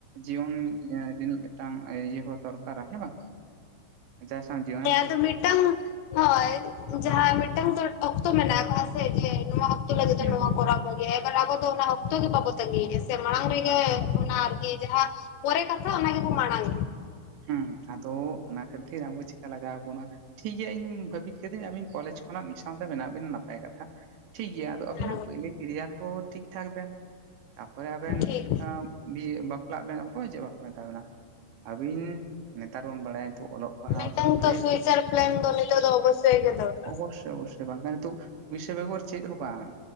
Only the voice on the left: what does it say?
ᱦᱮᱸ ᱟᱫᱚ ᱢᱤᱫᱴᱟᱝ ᱦᱚᱭ ᱡᱟᱦᱟᱸ ᱢᱤᱫᱴᱟᱝ ᱫᱚ ᱚᱠᱛᱚ ᱢᱮᱱᱟᱜ ᱟᱠᱟᱫ ᱥᱮ ᱡᱮ ᱱᱚᱣᱟ <unintelligible> ᱞᱟᱹᱜᱤᱫ
ᱛᱮ ᱱᱚᱣᱟ
ᱠᱚᱨᱟᱣ ᱠᱚ ᱜᱮ ᱮᱠᱟᱞ ᱟᱵᱚ ᱫᱚ ᱚᱱᱟ ᱚᱠᱛᱚ ᱜᱮ ᱵᱟᱵᱚ ᱛᱟᱜᱤᱭᱮᱫᱼᱟ ᱥᱮ ᱢᱟᱲᱟᱝ ᱨᱮᱜᱮ
ᱚᱱᱟ ᱟᱨᱠᱤ ᱡᱟᱦᱟᱸ ᱯᱚᱨᱮ ᱠᱟᱛᱷᱟ ᱚᱱᱟ ᱜᱮᱵᱚᱱ ᱢᱟᱲᱟᱝ
ᱮᱫᱟ᱾
ᱴᱷᱤᱠ
ᱢᱤᱫᱴᱟᱝ
ᱛᱚ ᱯᱷᱤᱭᱩᱪᱟᱨ ᱯᱞᱮᱱ ᱫᱚ ᱱᱤᱛᱚᱜ ᱫᱚ ᱚᱵᱚᱥᱥᱳᱭ ᱜᱮ ᱫᱚᱨᱠᱟᱨ